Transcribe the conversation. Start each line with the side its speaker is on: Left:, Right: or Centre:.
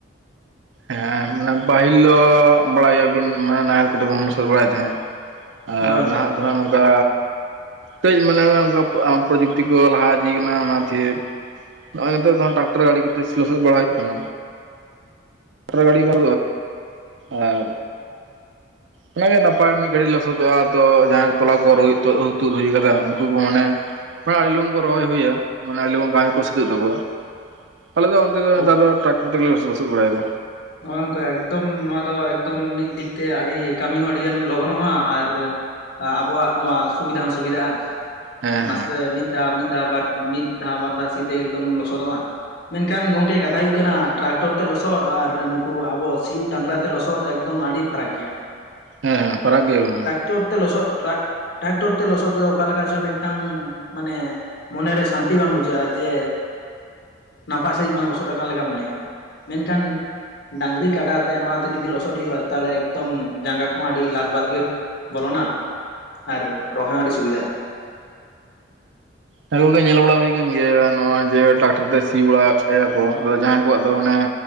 Right: ᱦᱮᱸ ᱚᱱᱟ ᱯᱟᱹᱦᱤᱞ ᱫᱚ ᱵᱟᱲᱟᱭᱟᱵᱤᱱ ᱱᱟᱦᱮᱞ ᱠᱚᱛᱮᱵᱚᱱ ᱞᱚᱥᱚᱫ ᱵᱟᱲᱟᱭᱮᱫ ᱛᱟᱦᱮᱸᱫ᱾ ᱟᱨ
Left: ᱦᱳᱭ ᱜᱚᱝᱠᱮ
Right: ᱱᱟᱦᱟᱜ ᱫᱚ ᱱᱟ ᱱᱚᱝᱠᱟ ᱠᱟᱹᱡ ᱢᱚᱱᱮ ᱢᱮ ᱚᱱᱠᱟ ᱯᱨᱚᱡᱩᱠᱛᱤ ᱠᱚ ᱞᱟᱦᱟ ᱤᱫᱤᱭ ᱠᱟᱱᱟ ᱚᱱᱟᱛᱮ ᱱᱚᱜᱼᱚᱭ ᱫᱚ ᱴᱟᱠᱴᱟᱨ ᱜᱟᱰᱤ ᱠᱚᱛᱮ ᱞᱚᱥᱚᱫ ᱵᱟᱲᱟᱭ ᱦᱩᱭᱩᱜ ᱠᱟᱱᱟ᱾ ᱞᱚᱴᱟᱨ ᱜᱟᱹᱲᱤ ᱠᱚ ᱟᱨ ᱚᱱᱟᱜᱮ ᱱᱟᱯᱟᱭ ᱢᱤᱫ ᱜᱷᱟᱹᱲᱤᱡ ᱞᱚᱥᱚᱫᱚᱜᱼᱟ ᱛᱚ᱾ ᱡᱟᱦᱟᱸᱭ ᱠᱚ ᱛᱚᱞᱟ ᱠᱚ ᱚᱨ ᱛᱩᱫ ᱦᱩᱭ ᱠᱟᱫᱟ ᱩᱱᱠᱩ ᱠᱚ ᱢᱟᱱᱮ᱾ <unintelligible> ᱟᱹᱰᱤ ᱞᱚᱜᱚᱱ ᱠᱚ ᱨᱚᱦᱚᱭ ᱦᱩᱭᱟ ᱢᱟᱱᱮ ᱟᱹᱰᱤ ᱞᱚᱜᱚᱱ ᱠᱟᱹᱢᱤ ᱠᱚ <unintelligible> ᱛᱟᱠᱚᱣᱟ ᱟᱞᱮ ᱫᱚ ᱚᱱᱛᱮ ᱫᱚ
Left: ᱦᱳᱭ
Right: ᱱᱮᱛᱟᱨ ᱫᱚ ᱴᱨᱟᱠᱴᱚᱨ ᱛᱮᱜᱮ ᱞᱮ ᱞᱚᱥᱚᱫ ᱵᱟᱲᱟᱭ ᱫᱟ
Left: ᱱᱳᱭᱱᱚᱠᱟ ᱮᱠᱫᱚᱢ ᱱᱚᱣᱟ ᱫᱚ ᱮᱠᱫᱚᱢ ᱢᱤᱫ ᱫᱤᱠ ᱛᱮ ᱟᱹᱰᱤ ᱠᱟᱹᱢᱤ ᱦᱚᱸ ᱟᱹᱰᱤᱜᱟᱱ ᱞᱚᱜᱚᱱᱚᱜᱼᱟ ᱟᱨ ᱟᱵᱚᱣᱟᱜ ᱱᱚᱣᱟ ᱥᱩᱵᱤᱫᱷᱟ ᱦᱚᱸ ᱥᱩᱵᱤᱫᱷᱟᱜᱼᱟ
Right: ᱦᱮᱸ
Left: ᱱᱟᱥᱮ
Right: ᱦᱮᱸ
Left: ᱢᱤᱫ <unintelligible> ᱢᱤᱫ ᱫᱷᱟᱣ <unintelligible> ᱢᱤᱫ ᱫᱷᱟᱣ ᱵᱟᱨ ᱫᱷᱟᱣ ᱥᱤ ᱛᱮᱜᱮ ᱮᱠᱫᱚᱢ ᱞᱚᱥᱚᱫᱚᱜᱼᱟ ᱢᱮᱱᱠᱷᱟᱱ ᱜᱚᱝᱠᱮ ᱠᱟᱛᱷᱟ ᱦᱩᱭᱩᱜ ᱠᱟᱱᱟ ᱴᱨᱟᱠᱴᱚᱨ ᱛᱮ ᱞᱚᱥᱚᱫ ᱟᱨ ᱱᱩᱠᱩ ᱟᱵᱚ ᱥᱤᱭᱳᱜ ᱰᱟᱝᱨᱟ ᱛᱮ ᱞᱚᱥᱚᱫ ᱮᱠᱫᱚᱢ ᱟᱹᱰᱤ ᱯᱷᱟᱨᱟᱠ ᱜᱮᱭᱟ᱾
Right: ᱦᱮᱸ ᱦᱮᱸ ᱯᱷᱟᱨᱟᱠ ᱜᱮᱭᱟ ᱵᱤᱱ᱾
Left: ᱛᱚᱫ ᱛᱮ ᱞᱚᱥᱚᱫ ᱴᱨᱟᱠᱴ ᱴᱨᱟᱠᱴᱚᱨ ᱛᱮ ᱞᱚᱥᱚᱫ ᱛᱮᱫᱚ ᱚᱠᱟ ᱞᱮᱠᱟ ᱪᱚᱝ ᱢᱤᱫᱴᱟᱝ ᱢᱟᱱᱮ ᱢᱚᱱᱮ ᱨᱮ ᱥᱟᱱᱛᱤ ᱵᱟᱝ ᱵᱩᱡᱷᱟᱹᱜᱼᱟ ᱡᱮ ᱱᱟᱯᱟᱭ ᱥᱟᱹᱦᱤᱡ ᱵᱟᱝ ᱞᱚᱥᱚᱫ ᱟᱠᱟᱱ ᱞᱮᱠᱟ ᱢᱚᱱᱮᱜᱼᱟ ᱢᱮᱱᱠᱷᱟᱱ ᱰᱟᱝᱨᱤ ᱠᱟᱰᱟ ᱛᱮ ᱱᱚᱣᱟᱛᱮ ᱡᱩᱫᱤ ᱞᱚᱥᱚᱫ ᱦᱩᱭᱩᱜᱼᱟ᱾ ᱛᱟᱞᱮ ᱮᱠᱫᱚᱢ ᱡᱟᱸᱜᱟ ᱠᱚᱦᱚᱸ ᱟᱹᱰᱤ ᱞᱟᱫᱵᱟᱫᱽ ᱜᱮ ᱵᱚᱞᱚᱱᱟ ᱟᱨ ᱨᱚᱦᱚᱭ ᱦᱚᱸ ᱟᱹᱰᱤ ᱥᱩᱵᱤᱫᱟᱜᱼᱟ᱾
Right: ᱦᱮ ᱠᱚᱜᱮ ᱧᱮᱞ ᱵᱟᱲᱟ ᱦᱩᱭ ᱠᱟᱱ ᱜᱮᱭᱟ, ᱱᱚᱜᱼᱚᱭ ᱡᱮ ᱴᱨᱟᱠᱴᱟᱨ ᱛᱮ ᱥᱤ ᱵᱟᱲᱟᱭ ᱮᱫ ᱛᱟᱦᱮ ᱠᱚ ᱟᱫᱚ ᱡᱟᱦᱟᱸᱭ ᱠᱚᱣᱟᱜ ᱫᱚ ᱚᱱᱮ